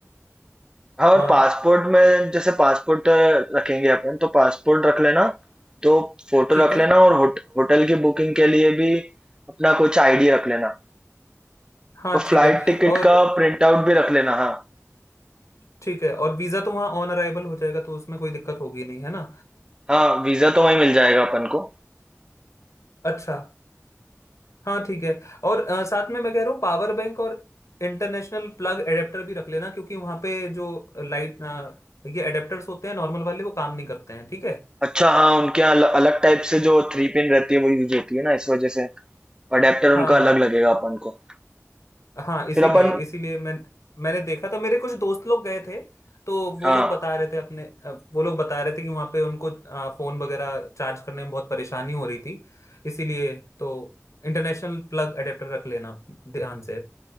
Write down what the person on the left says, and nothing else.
आ,
ठीक
है
हाँ
ठीक है
और
ठीक है और वीज़ा तो वहाँ ऑन अराइवल हो जाएगा तो उसमें कोई दिक्कत होगी नहीं है ना
अच्छा हाँ ठीक है और अ, साथ में मैं कह रहा हूँ पावर बैंक और इंटरनेशनल प्लग एडेप्टर भी रख लेना क्योंकि वहाँ पे जो लाइट ये एडेप्टर्स होते हैं नॉर्मल वाले वो काम नहीं करते हैं ठीक है
हाँ
हाँ
हाँ इसीलिए
इसीलिए मैं मैंने देखा था मेरे कुछ दोस्त लोग गए थे तो वो
लोग बता रहे थे अपने अ, वो लोग बता रहे थे कि वहाँ पे उनको अ, फोन वगैरह चार्ज करने में बहुत परेशानी हो रही थी इसीलिए तो इंटरनेशनल प्लग अडेप्टर रख लेना ध्यान से